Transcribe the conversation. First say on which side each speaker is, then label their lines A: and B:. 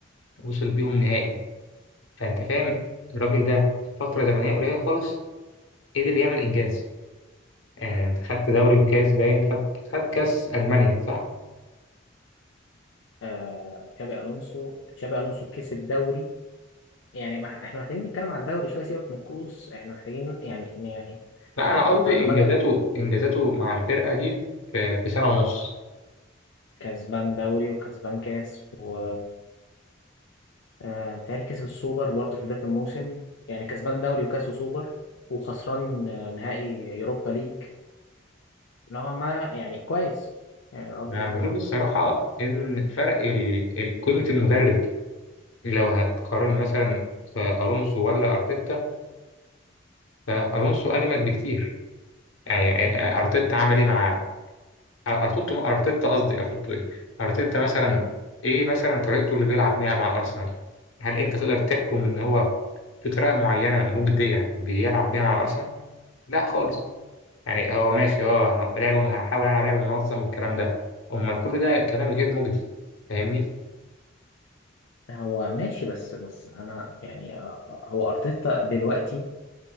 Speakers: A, on the left; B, on the left.
A: وصل بيهم نهائي فأنت فاهم الراجل ده في فترة زمنية قليلة خالص قدر يعمل إنجاز آه، انت خدت دوري وكاس باين خد خد كاس المانيا صح
B: آه تشابي الونسو تشابي الونسو كسب دوري يعني ما احنا محتاجين نتكلم على الدوري شويه سيبك من الكؤوس احنا محتاجين يعني يعني
A: لا انا قصدي
B: انا لما
A: انجازاته
B: اجي
A: انجازاته مع الفرقه دي في في سنه ونص
B: كسبان دوري وكسبان كاس و آه، متهيألي كسب السوبر برضه في بداية الموسم يعني كسبان دوري وكاس وسوبر وخسران آه، نهائي يوروبا ليج نوعا ما يعني كويس يعني الراجل
A: أنا بشوف
B: آه،
A: الصراحة إن فرق ال- ال- قيمة المدرب لو هتقارن مثلا في ألونسو ولا أرتيتا فألونسو أجمد بكتير يعني آه، آه، أرتيتا عمل إيه مع ارتوتو ارتيتا قصدي ارتوتو ايه ارتيتا مثلا ايه مثلا طريقته اللي بيلعب بيها مع الارسنال هل انت تقدر تحكم ان هو في طريقه معينه مجديه بيلعب بيها مع الارسنال لا خالص يعني هو ماشي اه لعبه هحاول العب لعب منظم والكلام ده امال كل ده كلام غير مجدي فاهمني
B: هو ماشي بس بس انا يعني آه، هو ارتيتا دلوقتي